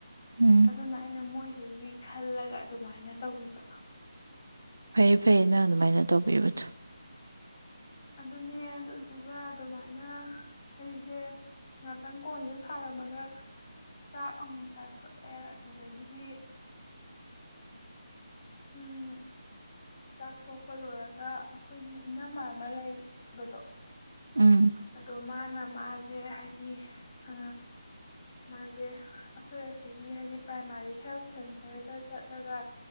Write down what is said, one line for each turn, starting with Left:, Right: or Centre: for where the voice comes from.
Right: ꯎꯝ
Left: ꯑꯗꯨꯅ ꯑꯩꯅ ꯃꯣꯏ ꯀꯩꯒꯤ ꯈꯜꯂꯒ ꯑꯗꯨꯃꯥꯏꯅ ꯇꯧꯕꯤꯕ꯫
Right: ꯐꯩꯌꯦ ꯐꯩꯌꯦ ꯅꯪ ꯑꯗꯨꯃꯥꯏꯅ ꯇꯧꯕꯤꯕꯗꯣ꯫
Left: ꯑꯗꯨꯅꯦ ꯑꯗꯨꯗꯨꯒ ꯑꯗꯨꯃꯥꯏꯅ ꯑꯩꯁꯦ ꯉꯥꯛꯇꯪ ꯀꯣꯟꯁꯦ ꯁꯥꯔꯝꯃꯒ ꯆꯥꯛ ꯑꯃꯨꯛ ꯆꯥꯊꯣꯛꯑꯦ ꯑꯗꯨꯗꯒꯤꯗꯤ ꯎꯝ ꯆꯥꯛ ꯇꯣꯛꯄ ꯂꯣꯏꯔꯒ ꯑꯩꯈꯣꯏꯒꯤ ꯏꯅꯝꯃ ꯑꯃ ꯂꯩꯕꯗꯣ
Right: ꯎꯝ
Left: ꯑꯗꯣ ꯃꯥꯅ ꯃꯥꯁꯦ ꯍꯥꯏꯗꯤ ꯑ ꯃꯥꯁꯦ ꯑꯩꯈꯣꯏ ꯑꯁꯤꯒꯤ ꯍꯥꯏꯗꯤ ꯄ꯭ꯔꯥꯏꯃꯥꯔꯤ ꯍꯦꯜꯠ ꯁꯦꯟꯇꯔꯗ ꯆꯠꯂꯒ